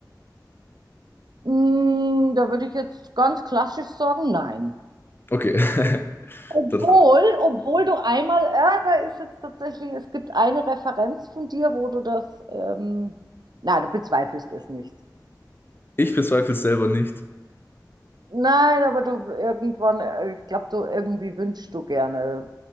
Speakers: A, on the right; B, on the left.
A: Mm, da würde ich jetzt ganz klassisch sagen, nein.
B: Okay, <laughs>
A: Obwohl,
B: dann frage
A: obwohl du einmal, ja, da ist jetzt tatsächlich, es gibt eine Referenz von dir, wo du das, ähm, na, du bezweifelst es nicht.
B: ich. bezweifle es selber nicht.
A: Nein, aber du irgendwann, äh, ich glaube, du irgendwie wünschst du gerne.